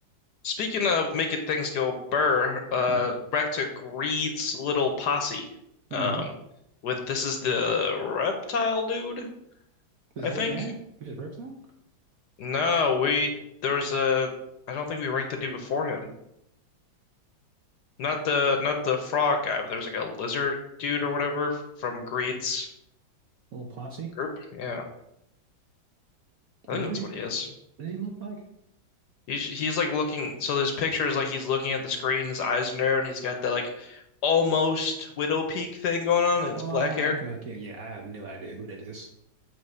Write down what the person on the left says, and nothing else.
Speaking of making things go burr, uh,
back to Greed's little posse.
Um, with this is the reptile dude,
I
think.
No, we there was a I don't think we ranked the dude before him. Not the not the frog guy, but there's like a lizard dude or whatever f- from Greed's
group. Yeah, I
think
that's
what he is.
He's he's like looking. So there's pictures like he's looking at the screen. His eyes are narrowed, and he's got that like almost widow peak thing going on. And it's
black hair.